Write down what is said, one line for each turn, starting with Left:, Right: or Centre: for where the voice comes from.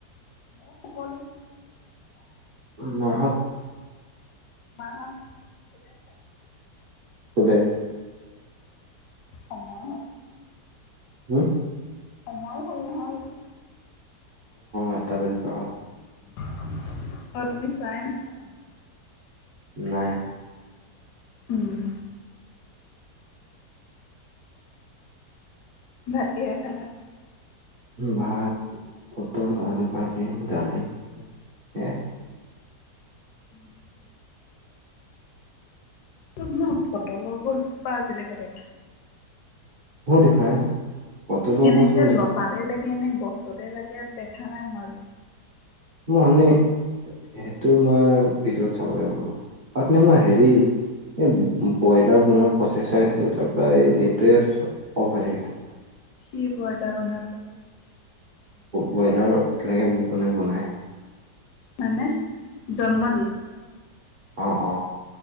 Left: মই শুৱ লৈছো বোলো।
Right: মা হত
Left: মাহত শুলে চাগে।
Right: শুলে?
Left: সময় হ'ল নহয়
Right: হুম
Left: সময়ো হ'ল নহয় এতিয়া।
Right: আঠটা বাজি পাৰ হ'ল।
Left: আৰু তুমি চোৱাই নাছিলা সময়।
Right: নাই।
Left: উম। ভাত কিহেৰে খালা।
Right: ভাত, পটল, আলু ভাজি, দালি। হে
Left: উম উম। ত মই পটলৰ গছজোপা আজিলৈকে দেখা নাই
Right: মইও দেখা নাই। পটলৰ
Left: কেনেকে
Right: গছ মই দেখা
Left: লতাতে
Right: নাই
Left: লাগে নে গছতে লাগে দেখা নাই মই।
Right: মই সেইটো মই ভিডিঅত চাব লাগিব ৰবা, উঠনি মই হেৰি এই ব্ৰইলাৰ বনোৱাৰ প্ৰচেছ আছিলো তাৰ পৰা নেটয়ে অ'ফ হৈ থাকিলে।
Left: কি ব্ৰইলাৰ বনাব প্ৰচেছ?
Right: ব্ৰইলাৰ কেনেকে মানে বনায়
Left: মানে, জন্ম দিয়ে
Right: অঁ অঁ।